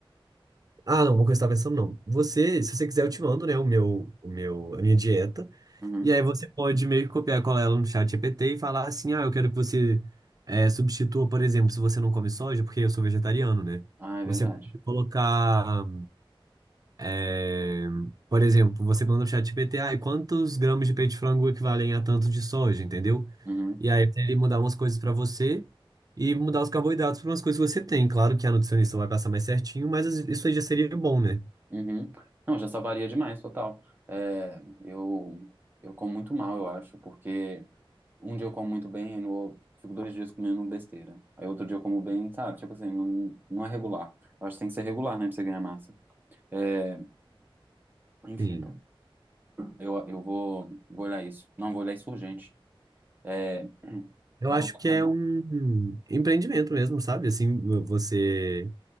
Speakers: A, on the right (about 40°); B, on the right (about 20°).
A: Ah, não, uma coisa que eu tava pensando, não. Você, se você quiser, eu te mando, né, o meu, o meu, a minha dieta.
B: Uhum.
A: E aí você pode meio que copiar e colar ela no chat GPT e falar assim, ah, eu quero que você eh, substitua, por exemplo, se você não come soja, porque eu sou vegetariano, né?
B: Ah, é
A: Você
B: verdade.
A: pode colocar, eh, por exemplo, você manda no chat GPT, ah, e quantos gramas de peito de frango equivalem a tanto de soja, entendeu?
B: Uhum.
A: E aí ele mudar umas coisas pra você e mudar os carboidratos para umas coisas que você tem. Claro que a nutricionista vai passar mais certinho, mas isso aí já seria bom, né?
B: Uhum. Não, já salvaria demais, total. É, eu, eu como muito mal, eu acho, porque um dia eu como muito bem, aí no, fico dois dias comendo besteira. Aí outro dia eu como bem, sabe? Tipo assim, não, não é regular. Eu acho que tem que ser regular, né, pra você ganhar massa. É, enfim,
A: Sim.
B: eu, eu vou, vou olhar isso. Não, vou olhar isso urgente. É,
A: Eu
B: e
A: acho
B: voltar
A: que
B: pra
A: é um empreendimento mesmo, sabe? Assim, você